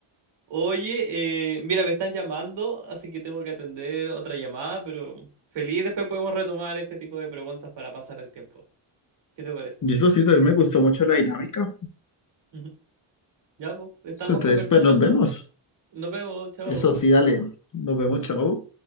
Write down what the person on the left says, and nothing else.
Y eso sí, también me gustó mucho la dinámica.
Entonces,
pues nos
vemos.
Eso sí, dale. Nos vemos, chao.